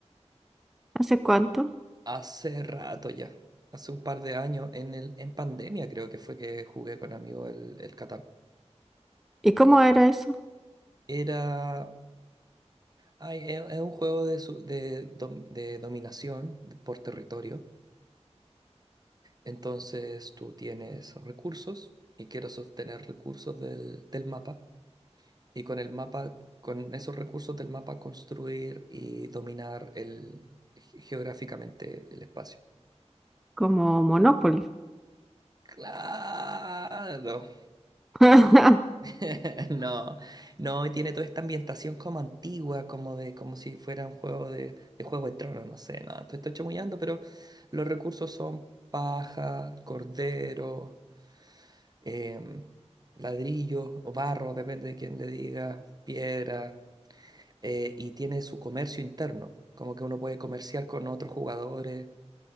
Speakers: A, in the centre; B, on the right (about 35°).
A: ¿Hace cuánto?
B: Hace rato ya. Hace un par de años, en el, en pandemia creo que fue que jugué con amigos el, el Catán.
A: ¿Y cómo era eso?
B: Era... ay, es, es un juego de, su- de, dom- de dominación por territorio. Entonces tú tienes recursos y quieres obtener recursos del, del mapa. Y con el mapa, con esos recursos del mapa construir y dominar el, ge- geográficamente el espacio.
A: Como Monopoly.
B: Claro.
A: <laughs>
B: <laughs> No, no, y tiene toda esta ambientación como antigua, como de, como si fuera un juego de, de Juego de Tronos, no sé, nada, estoy, estoy chamullando, pero los recursos son paja, cordero, em, ladrillos o barro, depende de quién le diga, piedra, eh, y tiene su comercio interno, como que uno puede comerciar con otros jugadores,